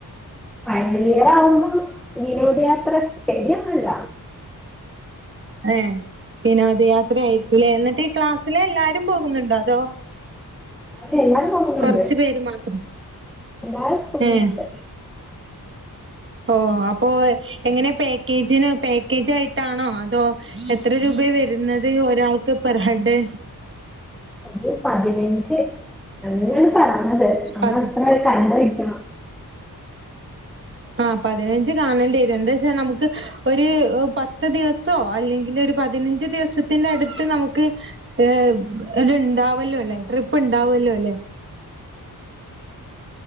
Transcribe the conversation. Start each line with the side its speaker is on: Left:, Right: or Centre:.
Centre: ഫൈനലിയറാവുമ്പോ വിനോദയാത്ര, സ്റ്റഡിയൊന്നും അല്ല.
Right: എഹ് വിനോദ യാത്ര ആയി ല്ലേ എന്നിട്ട് ഈ ക്ലാസ്സിലെ എല്ലാരും പോകുന്നുണ്ടോ അതോ
Centre: അത് എല്ലാരും പോകുന്നുണ്ട്
Right: കൊറച്ച് പേര് മാത്രം?
Centre: എല്ലാരും പോകുന്നുണ്ട്
Right: ഏഹ് ഓഹ് അപ്പോ എങ്ങനെ പാക്കേജിന് പാക്കേജ് ആയിട്ടാണോ അതോ എത്ര രൂ പയാ വരുന്നത് ഒരാൾക്ക് പെർ ഹെഡ്
Centre: ഒരു പതിനഞ്ച് അങ്ങനെയാണ് പറഞ്ഞത്. നമ്മളത്ര
Right: പതി
Centre: കണ്ട വെ <unintelligible>
Right: ആഹ് പതിനഞ്ച് കാണേണ്ടി വരും എന്താച്ചാ നമുക്ക് ഒരു പത്ത് ദിവസോ അല്ലെങ്കിലൊരു പതിന ഞ്ച് ദിവസത്തിന്റെ അടുത്ത് നമുക്ക് ഏഹ് ടെണ്ടാവല്ലോ അല്ലേ ട്രിപ്പ് ഇണ്ടാവുവല്ലോ അല്ലെ